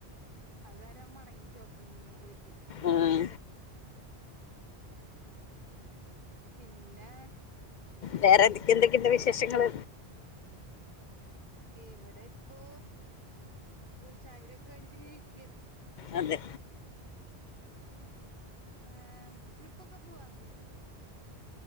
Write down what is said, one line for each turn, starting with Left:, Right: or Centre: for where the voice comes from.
Right: അത് കാരം മടങ്ങി ഷോപ്പിങ്ങിന് പോയിട്ട്
Left: ആ.
Right: ആഹ് പിന്നെ
Left: വേറെ എന്തക്കെ എന്തൊക്കെ ഇണ്ട് വിശേഷങ്ങള്
Right: ഇവിടെ ഇപ്പോ ചായോടിയോക്കെ കഴിഞ്ഞിട്ട് ഇങ്ങനെ ഇരിക്കാണ്
Left: അതെ
Right: ആ ട്രിപ്പൊക്കെ പോവാറുണ്ടോ നിങ്ങള്